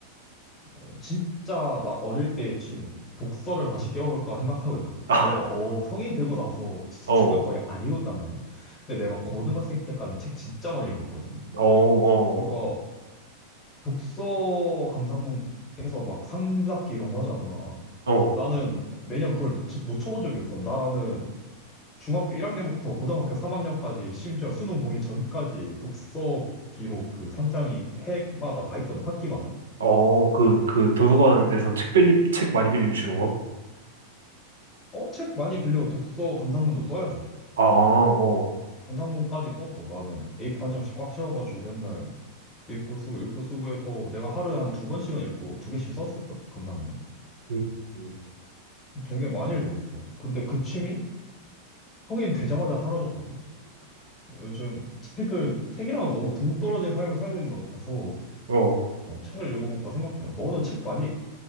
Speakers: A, on the left; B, on the right.
A: 어, 진짜 나 어릴 때의 취미. 독서를 다시 깨워볼까 생각하고 있거든.
B: <laughs>
A: 내가 어, 성인 되고 나서 진짜
B: 아, 어,
A: 책을 거의 안 읽었단 말이야. 근데 내가 고등학생 때까지는 책 진짜 많이 읽었거든.
B: 어,
A: 그러니까
B: 어,
A: 독서 감상문에서 막 상잡기 이런 거 하잖아.
B: 어,
A: 나는 매년 그걸 놓쳐, 본 적이 없어. 나는 중학교 1학년부터 고등학교 3학년까지 심지어 수능 보기 전까지 독서 기록 그 상장이 해마다 다 있거든. 학기마다.
B: 어, 그, 그, 도서관에서 책 빌리, 책 많이 빌리면 주는 거?
A: 어, 책 많이 빌리고 독서 감상문도 써야죠.
B: 아, 어,
A: 감상문까지 썼어. 나는 A4 한 장씩 꽉 채워가지고 맨날 읽고 쓰고 읽고 쓰고 해서 내가 하루에 한 두 권씩은 읽고 두 개씩 썼을걸? 감상문은?
B: 음, 음.
A: 되게 많이 읽었어. 근데 그 취미? 성인 되자마자 사라졌거든? 요즘 책을, 책이랑 너무 동떨어진 삶을 살고 있는 것 같아서
B: 어.
A: 어, 책을 읽어볼까 생각 중이야. 너는 책 많이